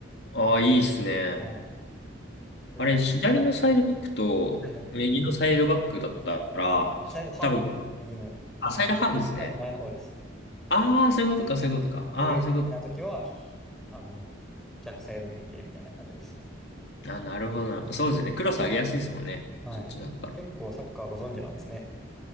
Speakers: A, on the left; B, in the centre.
A: ああー、いいっすね。
B: はい。それではい
A: あれ、左のサイドバックと右のサイドバックだったら、
B: はいはいはいサイドハーフ、
A: 多分、
B: 右の、
A: あ、サイドハーフですね。
B: はい、前の方です。
A: ああ、そういうことか、そういうことか。ああ、
B: 攻撃的な時は、
A: そういうこ
B: あの、逆サイドにいてみたいな感じですね。
A: と。あ、なるほどな。そうですね。
B: ね
A: クロス上げやすいですもんね。
B: はい。
A: そっちだったら。
B: 結構サッカーご存知なんですね。